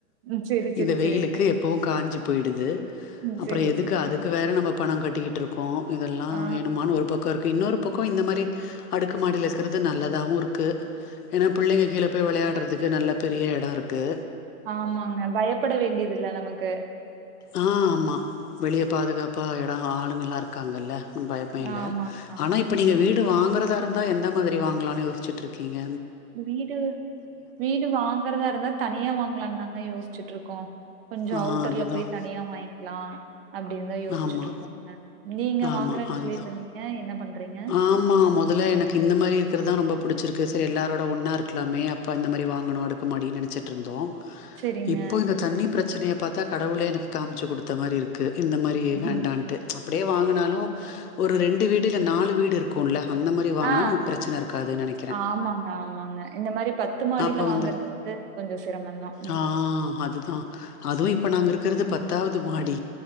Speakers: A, on the right; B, on the left.
A: ம் செரி செரி
B: இந்த வெயிலுக்கு
A: செரிங்க
B: எப்பவும் காஞ்சு போயிடுது
A: ம்
B: அப்புறம்
A: செரி
B: எதுக்கு
A: செரிங்க
B: அதுக்கு வேற நம்ம பணம் கட்டிட்டு இருக் கோம் இதெல்லாம்
A: ஆ
B: வேணுமான்னு ஒரு பக்கம் இருக்கு இன்னொரு பக்கம் இந்த மாரி அடுக்கு மாடில இருக்கறது நல்லதாகவும் இருக்கு ஏன்னா பிள்ளைங்க கீழ போய் விளையாடுறதுக்கு நல்ல பெரிய இடம் இருக்கு
A: ஆமாங்க பயப்பட வேண்டியது இல்ல நமக்கு
B: ஆ ஆமா வெளிய பாதுகாப்பா இடம் ஆளுங்கலாம் இருக்காங்கல்ல பயமே இல்ல
A: ஆமாங்க ஆமா
B: ஆனா இப்ப நீங்க வீடு வாங்க குறதா இருந்தா எந்த மாதிரி வாங்கலாம்னு யோசிச்சிட்டு இருக்கீங்க
A: வீடு வீடு வாங்கறதாருந்தா தனியா வாங் லாங்க தாங்க யோசிச்சுட்ருக் கோ கொஞ்சோ
B: ஆ
A: அவுட்டர்ல
B: அதுதான்.
A: போய் தனியா வாங்கிக்கலா அப்டின்னு தா யோசிச்சுட்டு
B: ஆமா
A: இருக்கோங்க நீங்க
B: ஆமா
A: வாங்குறேன்னு
B: அதுதா
A: சொல்லிட்டு இருந்தீங்க என்ன பண்றீங்க
B: ஆமா மொதல்ல எனக்கு இந்த மாதிரி இருக்கதா ரொம்ப புடிச்சிருக்கு செரி எல்லாரோட ஒன்னா இருக்கலாமே அப்ப இந்த மாதிரி வாங்கணு அடுக்கு மாடின்னு நெனச்சிட்டுருந்தோ
A: செரிங்க
B: இப்போ இந்த தண்ணி பிரச்சனையை பாத்தா கடவுளே எனக்கு காமிச்சு குடுத்தா மாரி இருக்கு இந்த மாதிரி வேண்டான்ட்டு
A: ம்
B: அப்டியே வாங்குனாலு
A: ஆ
B: ஒரு ரெண்டு வீட் டு இல்ல நாலு வீடு இருக்குல்ல அந்த மாரி வாங்கனா
A: ஆ,
B: நமக்கு பிரச்சன இருக்காது நெனைக்கற
A: ஆமாங்க ஆமாங்க இந்த மாரி பத்து மாடில
B: அப்ப வந்து
A: வாங்கறது கொஞ்சோ சிரமந்தா ம்
B: அ அதுதா அது இப்ப நாங்க இருக்கறது பத்தாவது மாடி